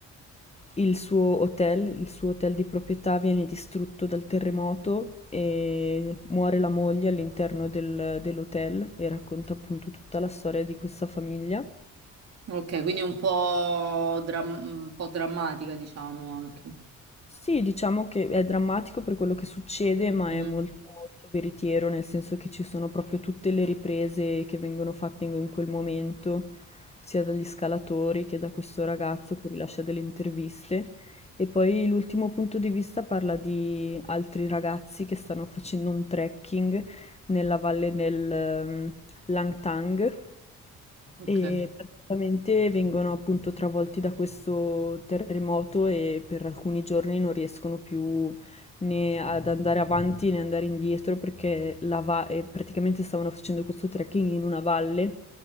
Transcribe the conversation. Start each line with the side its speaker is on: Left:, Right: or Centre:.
Left: il suo hotel, il suo hotel di proprietà viene distrutto dal terremoto e muore la moglie all'interno del- dell'hotel e racconta appunto tutta la storia di questa famiglia.
Right: ok, quindi è un po', dram- un po' drammatica, diciamo anche.
Left: Sì, diciamo che è drammatico per quello che succede, ma
Right: Mhm,
Left: è molto, molto veritiero, nel senso che ci sono proprio tutte le riprese che vengono fatte in, in quel momento, sia dagli scalatori che da questo ragazzo che rilascia delle interviste. E poi l'ultimo punto di vista parla di altri ragazzi che stanno facendo un trekking nella valle del, ehm, Langtang
Right: Ok.
Left: e praticamente vengono appunto travolti da questo terremoto e per alcuni giorni non riescono più né ad andare avanti né andare indietro perché la va- e praticamente stavano facendo questo trekking in una valle